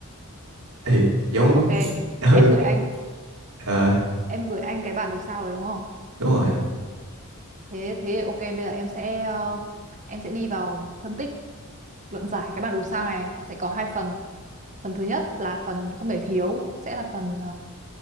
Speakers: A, on the right (about 80°); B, on the right (about 35°).
A: Ê, giống
B: ok
A: ừ,
B: em gửi anh
A: ờ,
B: em gửi anh cái bản đồ sao rồi đúng không
A: đúng rồi
B: thế thế ok bây giờ em sẽ ờ, em sẽ đi vào phân tích luận giải cái bản đồ sao này nó sẽ có hai phần phần thứ nhất là phần không thể thiếu sẽ là phần